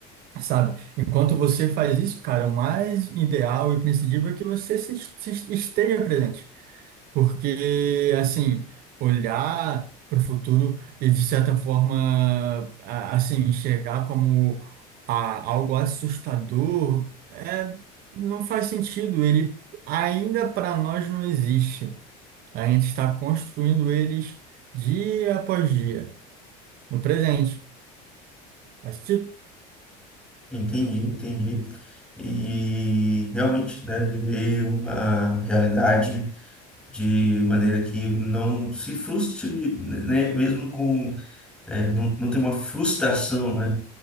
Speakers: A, on the right; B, in the centre.
A: sabe? Enquanto você faz isso, cara, o mais ideal e imprescindível é que você se, se esteja presente. Porque, assim, olhar para o futuro e, de certa forma, a- assim, enxergar como a- algo assustador é, não faz sentido. Ele ainda para nós não existe. A gente está construindo eles dia após dia, no presente. Mas, tipo,
B: Entendi, entendi. E realmente, né, viver uma realidade de maneira que não se frustre, né, mesmo com É, não, não tem uma frustração, né?